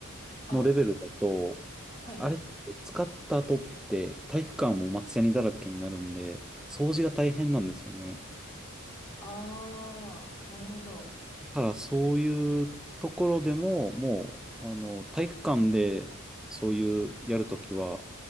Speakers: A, on the left; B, in the centre.
A: あ、
B: のレベルだと、
A: はい。
B: あれって使った後って体育館も松ヤニだらけになるんで、掃除が大変なんですよね。
A: あー、なるほど。
B: だからそういうところでも、もう、あの、体育館でそういうやるときは、